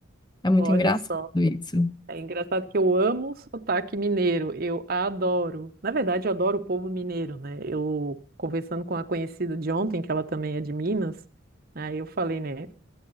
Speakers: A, on the left; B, on the right.
A: É muito
B: olha
A: engraçado
B: só.
A: isso.
B: É engraçado que eu amo o sotaque mineiro, eu adoro. Na verdade, eu adoro o povo mineiro, né? Eu conversando com a conhecida de ontem, que ela também é de Minas, né, aí eu falei, né?